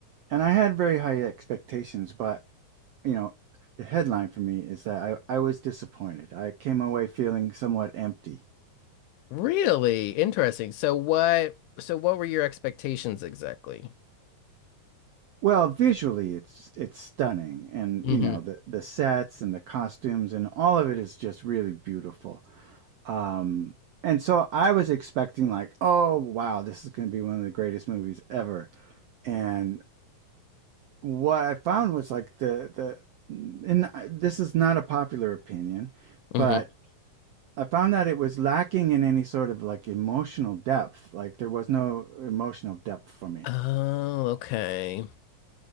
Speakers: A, on the right (about 75°); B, on the left (about 80°).
A: and I had very high expectations, but, you know, the headline for me is that I, I was disappointed. I came away feeling somewhat empty.
B: Really interesting. So what so what were your expectations exactly?
A: Well, visually it's it's stunning and,
B: hmm
A: you know, the the sets and the costumes and all of it is just really beautiful. Um, and so I was expecting like, oh wow, this is going to be one of the greatest movies ever. And what I found was like the the and this is not a popular opinion,
B: hmm
A: but I found that it was lacking in any sort of like emotional depth. Like there was no emotional depth for me.
B: Oh, okay.